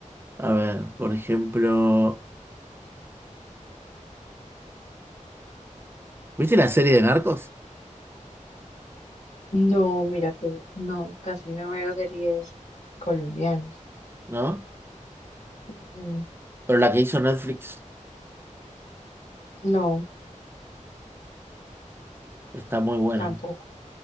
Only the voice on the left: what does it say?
No, mira que no, casi no veo series colombianas.
Mm, mm,
no,
tampoco.